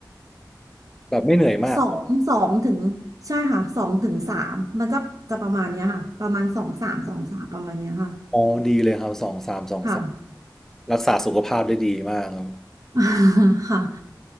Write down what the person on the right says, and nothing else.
สองสองถึงใช่ค่ะสองถึงสามมันจะจะประมาณเนี้ยค่ะประมาณสองสามสองสามประมาณเนี้ยค่ะ
ค่ะ
<laughs> ค่ะ